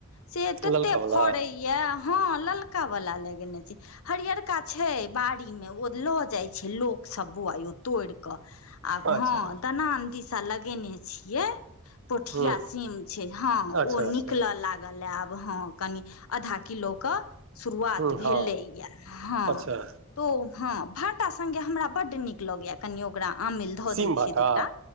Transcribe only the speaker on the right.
ललका वला
अच्छा
हूँ
अच्छा
अच्छा
हूँ
हँ
अच्छा
सीम
भाटा